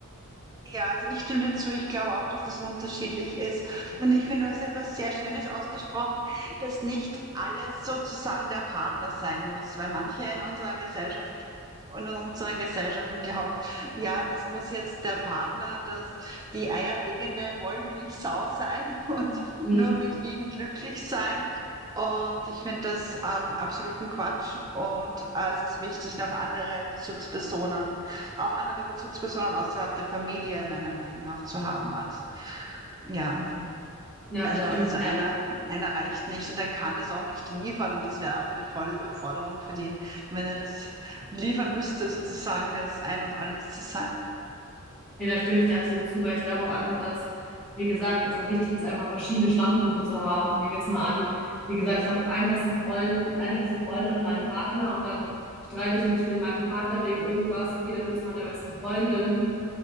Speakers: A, on the right (about 15°); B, in the centre.
A: Ja, also ich stimme dazu. Ich glaube auch, dass das unterschiedlich ist. Und ich finde, du hast etwas sehr Schönes ausgesprochen, dass nicht alles sozusagen der Partner sein muss, weil manche in unserer Gesellschaft und in unseren Gesellschaften glauben, ja, es muss jetzt der Partner, das die eierlegende Wollmilchsau sein und
B: Hm,
A: nur mit ihm glücklich sein. Und ich finde das ähm, absoluten Quatsch. Und äh, es ist wichtig, noch andere Bezugspersonen auch andere Bezugspersonen außerhalb der Familie meiner Meinung nach zu haben. Also, ja,
B: Ja,
A: also,
B: da stimme
A: also
B: ich dir
A: einer, einer reicht nicht und er kann das auch nicht liefern und das wäre auch eine volle Überforderung für den, wenn er das liefern müsste, sozusagen das Ein und Alles zu sein.
B: Nee, da stimme ich dir absolut zu, weil ich glaube auch einfach, dass, wie gesagt, es auch wichtig ist, einfach verschiedene Standpunkte zu haben. Und nehmen wir jetzt mal an, wie gesagt, ich habe einen besten Freund, eine beste Freundin und meinen Partner und dann streite ich mich mit meinem Partner wegen irgendwas und gehe dann nur zu meiner besten Freundin.